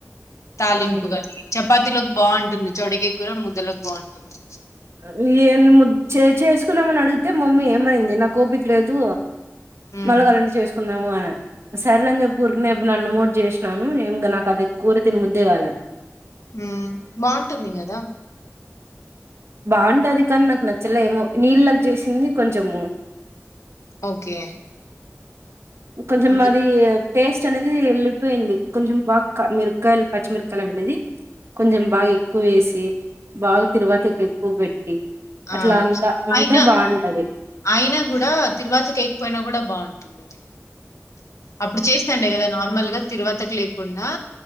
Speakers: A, on the left (about 70°); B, on the right (about 55°).
A: తాలింపుగా
B: ఉమ్
A: చెప్ పతిలోకి బాగుంటుంది చోడేకాయ్ కూర ముద్దలోకి బాగుంటుంది
B: అ ఎంది ము చె చేసుకున్నామని అడిగితే మమ్మీ ఏమనింది నాకు ఓపిక లేదు
A: ఉమ్
B: మళ్ళకవలాంటే చేసుకుందాము అన నే సరిలే అని చెప్పి ఊరికనే అన్నామోటి చేసినాను ఏం ఇంగ నాకు అది కూరి తిని ముద్దేగాలే
A: హు బగుంటందిీ కదా
B: బాగుంటది కానీ నాకు నచ్చలే ఏమో నీళ్ళలాగ చేసింది కొంచము
A: ఓకే
B: కొంచం
A: అందుకు
B: అది టేస్ట్ అనేది వెళ్ళిపోయింది కొంచెం బాగా మిరకాయ పచ్చిమిరకాయలు అనేది కొంచెం బాగా ఎక్కువ వేసి బాగా తిరువాతిప్ ఎక్కువ పెట్టి అట్లా
A: ఆ
B: అంతా ఉంటే
A: అయిన
B: బాగుంటది
A: అయిన కూడా తిరువాతికేయకపోయినా కూడా బాగు ఉంటుందది అప్పుడు చేస్తాండే కదా నార్మల్ గా తిరువాతకు లేకుండా